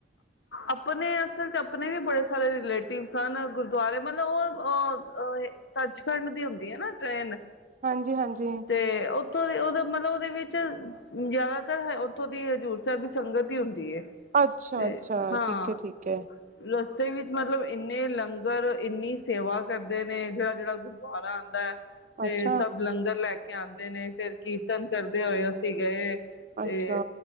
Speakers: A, on the left; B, on the right.
A: ਆਪਨੇ ਅਸਲ ਚ ਆਪਨੇ ਵੀ ਬੜੇ ਸਾਰੇ ਰੀਲੇ ਸਨ ਗੁਰਦੁਆਰੇ ਮਤਲਬ ਉਹ, ਉਹ ਅਹ ਸੱਚਖੰਡ ਦੀ ਹੁੰਦੀ ਐ ਨਾ ਟ੍ਰਰੇਨ।
B: ਹਾਂਜੀ ਹਾਂਜੀ
A: ਤੇ ਉੱਥੋਂ ਦੇ ਉਹਦਾ ਮਤਲਬ ਉਹਦੇ ਵਿੱਚ ਜਿਆਦਾਤਰ ਉੱਥੋਂ ਦੀ ਹਜ਼ੂਰ ਸਾਹਿਬ ਦੀ ਸੰਗਤ ਹੀ ਹੁੰਦੀ ਏ।
B: ਅੱਛਾ
A: ਤੇ
B: ਅੱਛਾ
A: ਹਾਂ
B: ਠੀਕ ਹੈ ਠੀਕ ਹੈ
A: ਰਸਤੇ ਵਿੱਚ ਮਤਲਬ ਇੰਨੇ ਲੰਗ ਲੰਗਰ ਇੰਨੀ ਸੇਵਾ ਕਰਦੇ ਨੇ ਜਿਹੜਾ-ਜਿਹੜਾ ਗੁਰਦੁਆਰਾ ਆਂਦਾ ਐ ਤੇ
B: ਅੱਛਾ
A: ਸਭ ਲੰਗਰ ਲੈ ਕਿਆਂਦੇ ਨੇ ਫਿਰ ਕੀਰਤਨ ਕਰਦੇ ਹੋਏ ਅਸੀਂ ਗਏ। ਤੇ
B: ਅੱਛਾ,